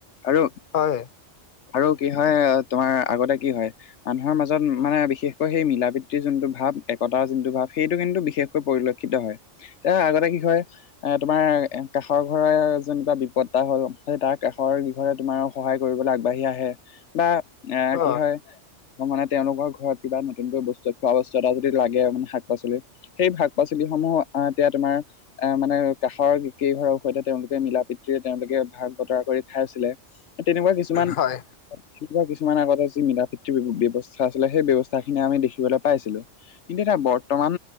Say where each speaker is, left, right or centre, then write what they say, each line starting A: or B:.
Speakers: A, on the left; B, on the left.
A: আৰু-
B: হয়
A: আৰু কি হয় তোমাৰ আগতে কি হয়। মানুহৰ মাজত মানে বিশেষকৈ সেই মিলাপ্ৰীতিৰ যোনটো ভাৱ একতাৰ যোনটো ভাৱ সেইটো কিন্তু বিশেষ পৰিলক্ষিত হয় এ আগতে কি হয় এ তোমাৰ কাষৰ ঘৰে যেনিবা বিপদ‌ এটা হ'ল সেই তাৰ কাষৰ যি ঘৰে তোমাৰ সহায় কৰিবলৈ আগবাঢ়ি আহে। বা আহ
B: অ',
A: কি হয় অ মানে তেওঁলোকৰ ঘৰত কিবা নতুনকৈ বস্তু খোৱা বস্তু এটা যদি লাগে মানে শাক পাচলি সেই শাক পাচলি সমূহ আহ এতিয়া তোমাৰ এ মানে কাষৰ কেইঘৰৰ সৈতে তেওঁলোকে মিলা প্ৰীতিৰে তেওঁলোকে ভাগ বতৰা কৰি খাই আছিলে তেনেকোৱা কিছুমান
B: হয়,
A: তেনেকোৱা কিছুমান আগতে যি মিলা প্ৰীতিৰ ব্যৱস্থা আছিলে সেই ব্যৱস্থাখিনি আমি দেখিবলৈ পাইছিলো কিন্তু এটা বৰ্তমান